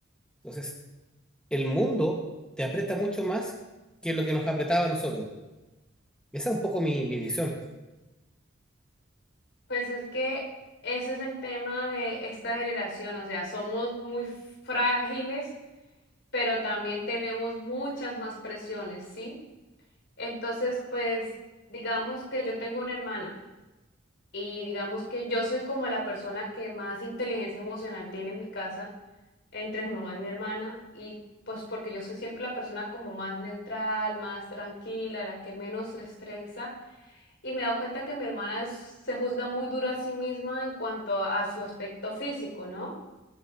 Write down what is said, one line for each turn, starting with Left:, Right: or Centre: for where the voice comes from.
Centre: Entonces, el mundo te aprieta mucho más que lo que nos apretaba a nosotros. Esa es un poco mi, mi visión.
Left: Pues es que ese es el tema de esta generación, o sea, somos muy frágiles, pero también tenemos muchas más presiones, ¿sí? Entonces, pues digamos que yo tengo una hermana y digamos que yo soy como la persona que más inteligencia emocional tiene en mi casa, entre mi mamá y mi hermana, y pues porque yo soy siempre la persona como más neutral, más tranquila, la que menos se estresa. Y me he dado cuenta que mi hermana es- se juzga muy duro a sí misma en cuanto a su aspecto físico, ¿no?